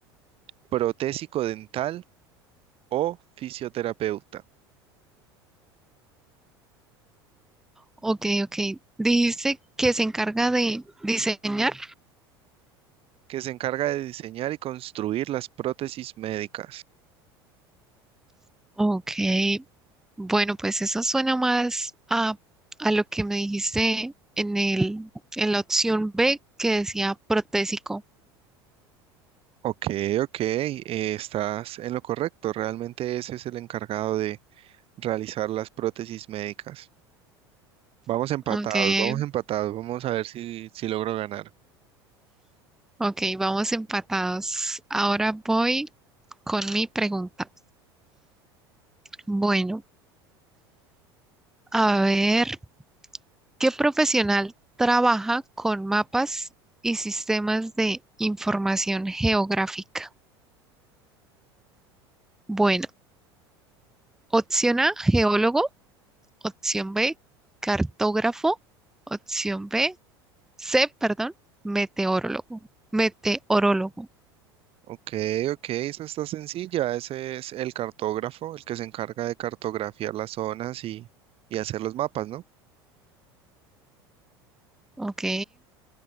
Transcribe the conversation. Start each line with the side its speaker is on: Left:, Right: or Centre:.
Right: protésico dental o fisioterapeuta,
Centre: Ok, ok. Dijiste que se encarga de diseñar.
Right: que se encarga de diseñar y construir las prótesis médicas.
Centre: Ok, bueno, pues eso suena más a, a lo que me dijiste en el, en la opción B que decía protésico.
Right: Ok, ok, eh, estás en lo correcto. Realmente ese es el encargado de realizar las prótesis médicas. Vamos empatados,
Centre: Aunque,
Right: vamos empatados. Vamos a ver si, si logro ganar.
Centre: ok, vamos empatados. Ahora voy con mi pregunta. Bueno, a ver, ¿qué profesional trabaja con mapas y sistemas de información geográfica? Bueno, opción A, geólogo, opción B, cartógrafo. Opción B, Sé, perdón, meteorólogo. Meteorólogo.
Right: Ok, ok, esa está sencilla. Ese es el cartógrafo, el que se encarga de cartografiar las zonas y, y hacer los mapas, ¿no?
Centre: Ok,